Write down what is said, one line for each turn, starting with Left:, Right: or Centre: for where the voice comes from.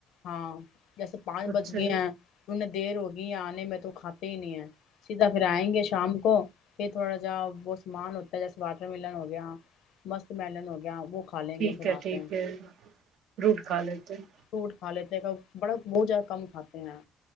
Left: ہاں جیسے پانچ
Right: اچھا
Left: بج گیا ہیں ایں دیر ہو گی یہ آنے میں تو کھاتے ہی نہیں ہے سیدھا پھر آئیں گے شام کو یہ تھوڑا جا وہ سامان ہوتا ہے جیسے واٹر ملن ہو گیا مسک ملن ہو گیا وہ کھا لیں
Right: ٹھیک
Left: گے پھر
Right: ہے
Left: آتے
Right: ٹھیک
Left: ہیں
Right: ہے فروٹ کھا لیتے ہیں
Left: فوٹ کھا لیتے ہیں بڑا بہت زیادہ کم کھاتے ہیں